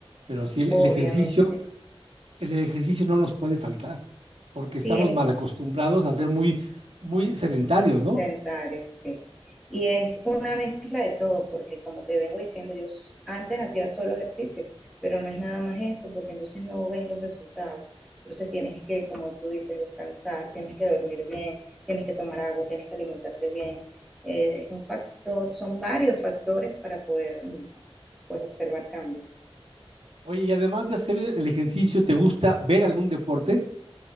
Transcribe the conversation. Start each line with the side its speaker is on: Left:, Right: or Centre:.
Right: Pero sí, el,
Centre: obviamente.
Right: el ejercicio, el ejercicio no nos puede faltar, porque
Centre: Sí,
Right: estamos
Centre: es,
Right: mal acostumbrados a ser muy, muy sedentarios, ¿no?
Centre: sedentario sí. Y es una mezcla de todo, porque como te vengo diciendo, yo s- antes hacía solo ejercicio, pero no es nada más eso, porque entonces no ves los resultados. Entonces tienes que, como tú dices, descansar, tienes que dormir bien, tienes que tomar agua, tienes que alimentarte bien. Eh, es un factor, son varios factores para poder mm, pues, observar cambios.
Right: Oye, y además de hacer el el ejercicio, ¿te gusta ver algún deporte?